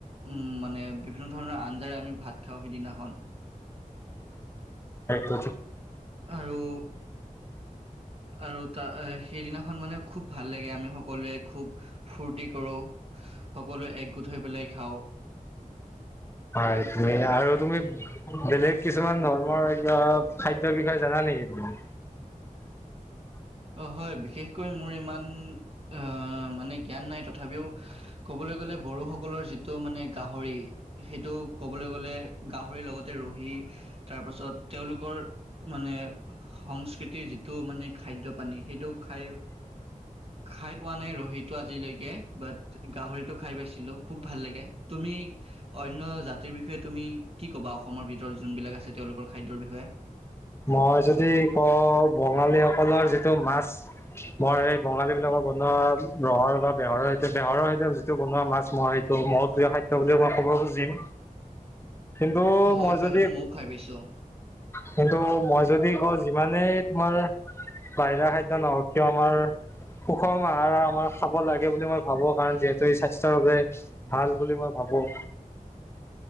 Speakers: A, on the right; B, on the left.
A: উম মানে এ বিভিন্ন ধৰণৰ আঞ্জাৰে আমি ভাত খাওঁ সিদিনাখন।
B: এইটো
A: আৰু, আৰু তাৰ সেইদিনা খন মানে খুব ভাল লাগে আমি সকলোৱে খুব ফূৰ্তি কৰোঁ, সকলোৱে একগোট হৈ পেলাই খাওঁ।
B: হয় তুমি আৰু তুমি, বেলেগ কিছুমান ধৰ্মৰ কিবা খাদ্যৰ বিষয়ে জানা নেকি তুমি?
A: অ হয়, বিশেষকৈ মোৰ ইমান আহ মানে জ্ঞান নাই তথাপিও কবলৈ গলে বড়োসকলৰ যিটো মানে গাহৰি সেইটো ক'বলৈ গলে গাহৰিৰ লগতে ৰহি তাৰপাছত তেওঁলোকৰ মানে সংস্কৃতিৰ যিটো মানে খাদ্য পানী সেইটো খাই, খাই পোৱা নাই ৰহিটো আজিলৈকে বাট গাহৰিটো খাই পাইছিলো খুব ভাল লাগে, তুমি অন্য জাতিৰ বিষয়ে তুমি কি ক'বা অসমৰ ভিতৰত যোনবিলাক আছে তেওঁলোকৰ খাদ্যৰ বিষয়ে
B: মই যদি কওঁ বঙালীসকলৰ যিটো মাছ, মই সেই বঙালীবিলাকৰ বনোৱা ৰহৰ বা বেহৰৰ সৈতে বেহৰৰ সৈতে যিটো বনোৱা মাছ মই সেইটো মোৰ প্ৰিয় খাদ্য বুলি মই ক'ব খুজিম। কিন্তু
A: হয়-
B: মই
A: হয়
B: যদি
A: সেইটো ময়ো খাই পাইছোঁ।
B: কিন্তু মই যদি কওঁ যিমানেই তোমাৰ বাহিৰা খাদ্য নহওক কিয় আমাৰ সুষম আহাৰ, আমাৰ খাব লাগে। সেই বুলি মই ভাবো কাৰণ যিহেতু ই -স্বাস্থ্যৰ বাবে ভাল বুলি মই ভাবো।